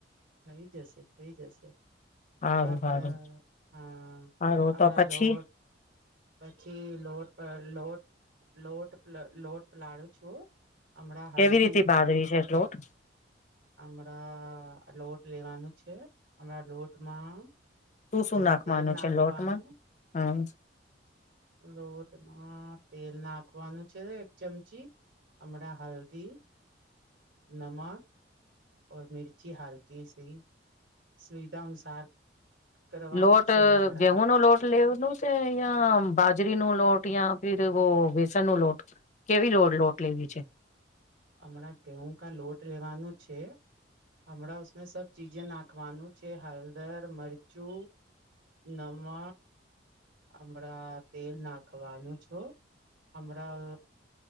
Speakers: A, on the right; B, on the left.
A: થઈ જશે. થઈ જશે. <inaudible>
B: સારું
A: ફે
B: સારું
A: હ આપણા
B: સારું તો પછી
A: <unintelligible> પછી લોટ <inaudible> લોટ લોટ લોટ પ લડું. <unintelligible>
B: કેવી
A: <inaudible>
B: રીતે બાજરી છે લોટ
A: આ લોટ લેવાનું છે, હમણાં લોટમાં.
B: શું શું
A: થોડા
B: નાખવાનું
A: તેલ નાખવાનું
B: છે, લોટમાં <unintelligible>
A: લોટમાં તેલ નાખવાનું છે, એક ચમચી હમણાં હલ્દી. નમાં. <inaudible> મિર્ચી હાલકી <unintelligible> સુવિધા <inaudible>
B: લોટ
A: છે હમણાં
B: ગેહં ન લોટ લેવનું છે, યા બાજરીનું લોટ યા. <unintelligible> વ્યસન <inaudible> લોટ કેવી લોટ લેવી છે.
A: <inaudible> ગેહૂ કા લોટ લેવાનું છે, <unintelligible> <inaudible> ચીજે નાખવાનું છે, હલદર મરચું નમક. હમણાં તેલ નાખવાનું છો હમણાં